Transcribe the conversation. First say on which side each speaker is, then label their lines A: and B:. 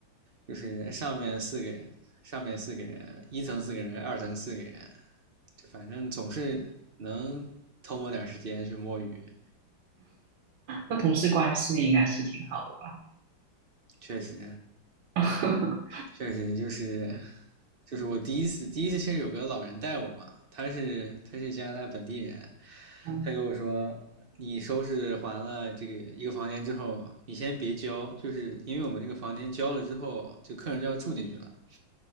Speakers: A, on the right; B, on the right.
A: 就是上面四个人，上面四个人，一层四个人，二层四个人，就反正总是能偷摸点时间去摸鱼。
B: 那同事关系应该是挺好的
A: 确实，
B: 吧？
A: 确实就是就是我第一次第一次其实有个老人带我嘛，他是他是加拿大本地人，
B: <laughs> 嗯，
A: 他跟我说，你收拾完了这个一个房间之后，你先别交，就是因为我们这个房间交了之后，这客人就要住进去了。